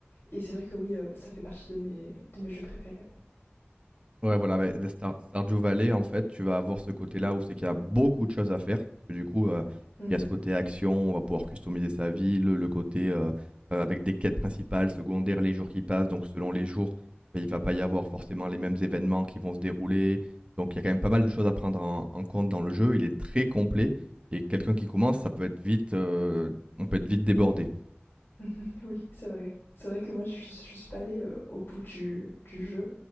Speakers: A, on the left; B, on the right.
A: Et c'est vrai que oui, euh, ça fait partie de mes, de mes jeux préférés.
B: Ouais, voilà, mais, mais Star- Stardew Valley, en fait, tu vas avoir ce côté-là où c'est qu'il y a beaucoup de choses à faire. Parce que du coup, euh,
A: Hmm.
B: il y a ce côté action, on va pouvoir customiser sa ville, le, le côté euh, euh, avec des quêtes principales, secondaires, les jours qui passent. Donc, selon les jours, ben, il va pas y avoir forcément les mêmes événements qui vont se dérouler. Donc, il y a quand même pas mal de choses à prendre en, en compte dans le jeu. Il est très complet et quelqu'un qui commence, ça peut être vite, euh, on peut être vite débordé.
A: Mhm. <laughs> Mmh Oui, c'est vrai. C'est vrai que moi, je je suis pas allée, heu, au bout du du jeu.